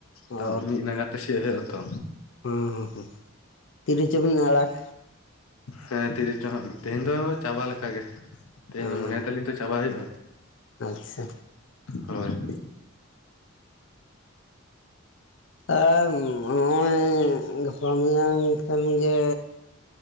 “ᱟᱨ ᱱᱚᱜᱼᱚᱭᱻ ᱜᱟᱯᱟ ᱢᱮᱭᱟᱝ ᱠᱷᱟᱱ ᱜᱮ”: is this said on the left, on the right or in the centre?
Left